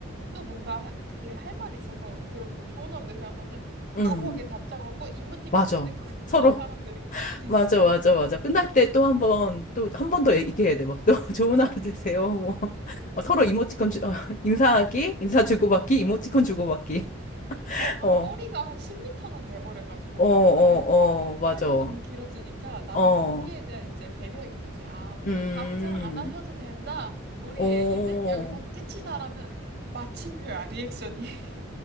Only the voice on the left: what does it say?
응.
맞아.
서로.
<laughs>
맞아, 맞아, 맞아. 끝날 때 또 한 번, 또 한 번 더 얘기해야 돼. 막 또 <laughs> 좋은 하루 되세요. 뭐. <laughs> 어, 서로 이모티콘 주, 어, <laughs> 인사하기, 인사 주고받기,
이모티콘 주고받기. <laughs>
어,
어,
어, 어, 맞아.
어,
음,
어.